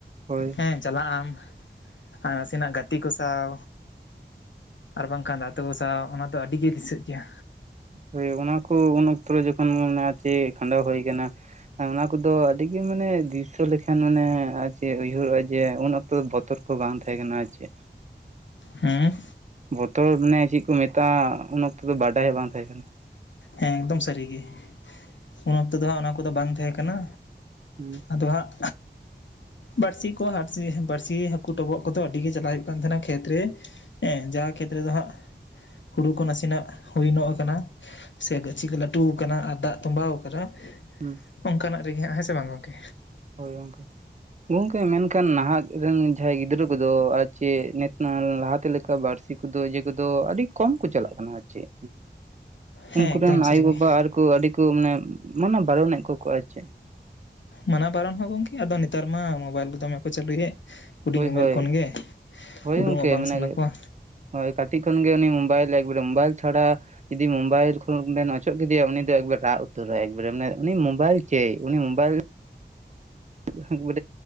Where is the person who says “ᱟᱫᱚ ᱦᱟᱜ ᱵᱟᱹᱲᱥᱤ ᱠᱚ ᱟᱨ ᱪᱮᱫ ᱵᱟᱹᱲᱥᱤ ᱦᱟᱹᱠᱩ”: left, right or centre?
Left